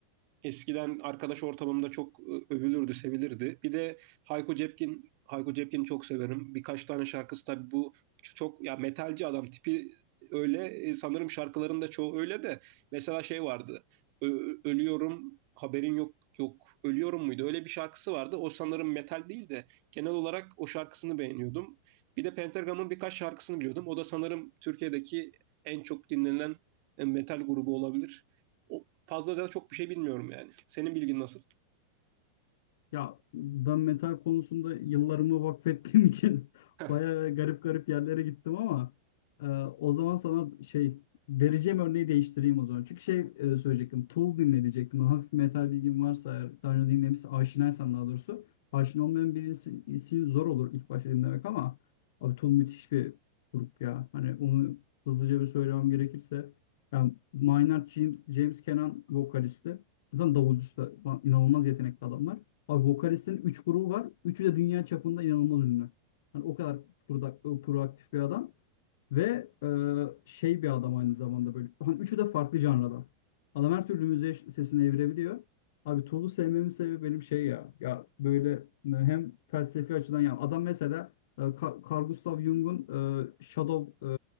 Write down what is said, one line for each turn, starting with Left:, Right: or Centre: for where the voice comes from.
Right: Eskiden arkadaş ortamımda çok e, övülürdü, sevilirdi. Bir de Hayko Cepkin, Hayko Cepkin'i çok severim. Birkaç tane şarkısı tabii bu çok ya metalci adam tipi öyle E, sanırım şarkıların da çoğu öyle de mesela şey vardı. Ö- ölüyorum haberin yok yok ölüyorum muydu? Öyle bir şarkısı vardı. O sanırım metal değil de genel olarak o şarkısını beğeniyordum. Bir de Pentagram'ın birkaç şarkısını biliyordum. O da sanırım Türkiye'deki en çok dinlenen e, metal grubu olabilir. O, Fazla da çok bir şey bilmiyorum yani. Senin bilgin nasıl?
Left: Ya ben metal konusunda yıllarımı vakfettiğim <laughs> için
Right: <laughs>
Left: bayağı garip garip yerlere gittim ama e, o zaman sana şey vereceğim örneği değiştireyim o zaman. Çünkü şey e, söyleyecektim. Tool dinle Hafif metal bilgin varsa eğer daha önce dinlemişse aşinaysan daha doğrusu. Aşina olmayan birisi için zor olur ilk başta dinlemek ama abi Tool müthiş bir grup ya. Hani onu hızlıca bir söylemem gerekirse. Yani Maynard James, James Kenan vokalisti. Zaten davulcusu da inanılmaz yetenekli adamlar. Abi vokalistin 3 grubu var. Üçü de dünya çapında inanılmaz ünlü. Yani o kadar proda- proaktif bir adam. Ve e, şey bir adam aynı zamanda böyle. Hani üçü de farklı janradan. Adam her türlü müziğe ş- sesini evirebiliyor. Abi Tool'u sevmemin sebebi benim şey ya. Ya böyle ne- hem felsefi açıdan ya. Adam mesela e, Ka- Carl Gustav Jung'un e, Shadow